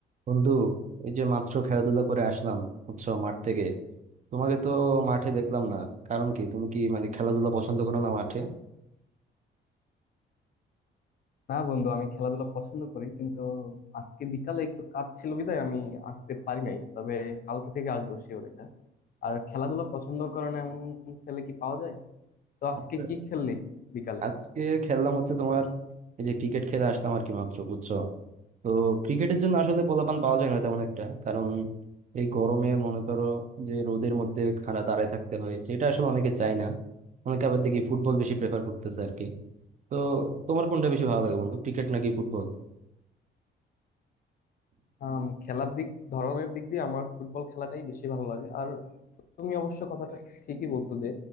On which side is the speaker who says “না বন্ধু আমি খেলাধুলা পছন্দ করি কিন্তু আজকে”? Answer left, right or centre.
Left